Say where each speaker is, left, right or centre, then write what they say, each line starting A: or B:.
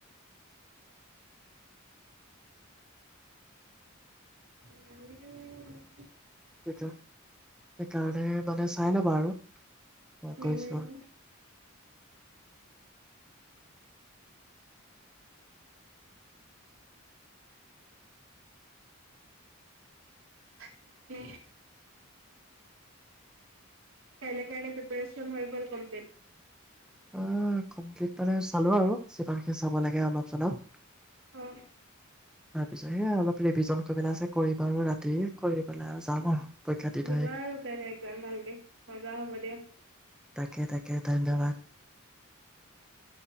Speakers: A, on the right; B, in the centre.
A: আমি।
B: সেইকাৰণে মানে চাই লবা আৰু। <unintelligible>
A: উম তাকে। কাইলে কাৰণে প্ৰিপাৰেচন হয় গ'ল কম্প্লিট।
B: অ', কমপ্লিট মালে চালো আৰু, যিপাখি চাব লাগে অলপ-চলপ।
A: অ',।
B: তাৰ পিছত সেয়া অলপ ৰিভিজন কৰিবেলাই আছে, কৰিবাৰ ৰাতি কৰি পেলাই যাম আৰু পৰীক্ষা দি থৈ আহি
A: বাৰু কালিলৈ এক্সজাম দিওঁ। ভালকে, মাজা দিয়া।
B: তাকে- তাকে ধন্যবাদ।